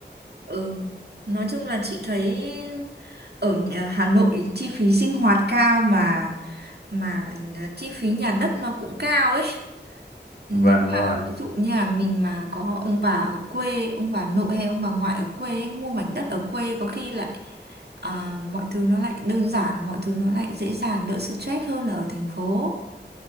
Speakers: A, on the right; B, on the left.
A: Ừ. Nói chung là chị thấy ở nhà- Hà Nội chi phí sinh hoạt cao mà mà à, chi phí nhà đất nó cũng cao ấy. Nếu
B: vâng đúng
A: mà
B: rồi
A: ví dụ như là mình mà có ông bà ở quê, ông bà nội hay ông bà ngoại ở quê, ấy, mua mảnh đất ở quê có khi lại à, mọi thứ nó lại đơn giản, mọi thứ nó lại dễ dàng đỡ stress hơn là ở thành phố.